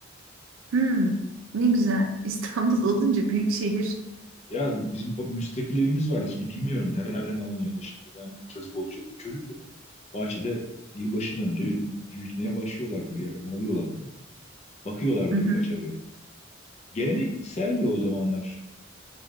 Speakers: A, on the right; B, on the left.
A: Hmm, ne güzel. <laughs> İstanbul olunca büyük şehir.
B: Ya bizim ba- müstakil evimiz vardı. Şimdi bilmiyorum nerelerden alınıyordu şimdi. Ben çocuk ol çok çocuktum. Bahçede yılbaşından önce bir büyütmeye başlıyorlardı. Bir yerden alıyorlardı. Bakıyorlardı
A: Hı hı,
B: birkaç ay öyle. Gelenekseldi o zamanlar